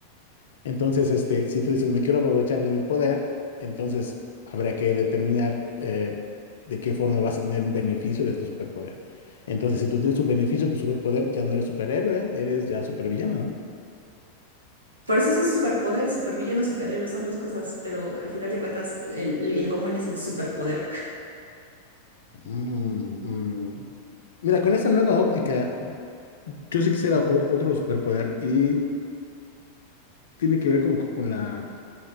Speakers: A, on the left; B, on the right.
A: Entonces, este, si tú dices, me quiero aprovechar de mi poder, entonces habrá que determinar eh, de qué forma vas a tener un beneficio de tu superpoder. Entonces, si tú tienes un beneficio de tu superpoder, ya no eres superhéroe, eres ya supervillano, ¿no?
B: Por eso son superpoder, supervillano, superhéroe, son dos cosas, pero al final de cuentas el, el común es el superpoder.
A: Mm, mm. Mira, con esa nueva óptica, yo sí quisiera o- otro superpoder y tiene que ver como co- con la,